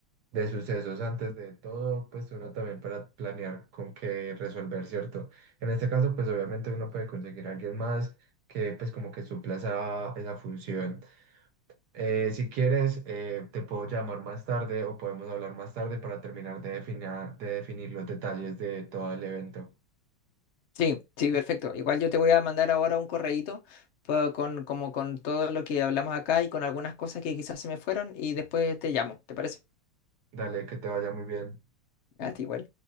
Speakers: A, on the right; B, on the left.
A: de sucesos antes de todo, pues uno también para planear con qué resolver, ¿cierto? En este caso, pues obviamente uno puede conseguir a alguien más que pues como que supla esa, esa función. Eh, si quieres, eh, te puedo llamar más tarde o podemos hablar más tarde para terminar de definar- de definir los detalles de todo el evento.
B: Sí, sí, perfecto. Igual yo te voy a mandar ahora un correíto pa- con, como con todo lo que hablamos acá y con algunas cosas que quizás se me fueron y después te llamo, ¿te parece?
A: Dale, que te vaya muy bien.
B: A ti igual.